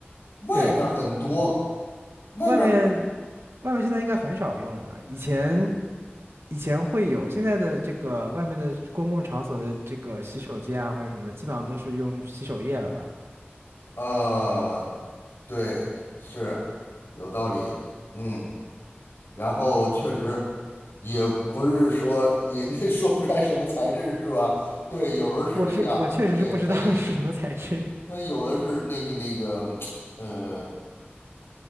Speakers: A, on the left (about 70°); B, on the right (about 80°).
A: 外面很多，
B: <laughs> 对，
A: 外面
B: 外面外面现在应该很少用了，以前以前会有，现在的这个外面的公共场所的这个洗手间啊或者什么的，基本上都是用洗手液了吧？
A: 呃对，是有道理，嗯，然后确实也不是说人家 <laughs> 说不出来什么材质是吧？对，有时候是这样，
B: 我是我确实是不知道
A: 对，它一
B: <laughs> 是什么材质
A: 它有的是那个那个，嗯